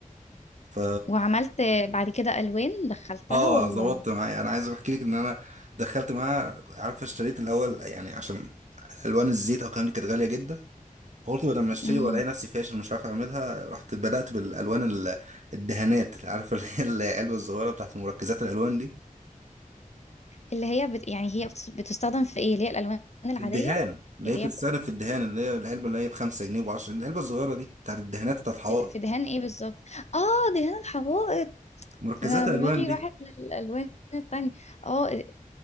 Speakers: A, on the right; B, on the left.
A: ف
B: وعملت بعد كده الوان دخلتها
A: اه
B: ولا
A: ظبطت معايا انا عايز احكي لك ان انا دخلت معاها عارفه اشتريت الاول يعني عشان الوان الزيت او الكلام دي كانت غاليه جدا فقلت بدل ما اشتري
B: امم
A: والاقي نفسي فاشل مش عارف اعملها رحت بدات بالالوان ال- الدهانات عارفه اللي هي العلبه الصغيره بتاعت مركزات الالوان دي
B: اللي هي بت... يعني هي بتس- بتستخدم في ايه اللي هي الالوان العاديه
A: في الدهان اللي
B: اللي
A: هي بتتستخدم
B: هي بت-
A: في الدهان اللي هي العلبه اللي هي ب 5 جنيه و10 جنيه العلبه الصغيره دي بتاعت الدهانات بتاعت الحوائط
B: في في دهان ايه بالظبط اه دهان الحوائط
A: مركزات
B: انا دماغي
A: الالوان دي
B: راحت للالوان التانية اه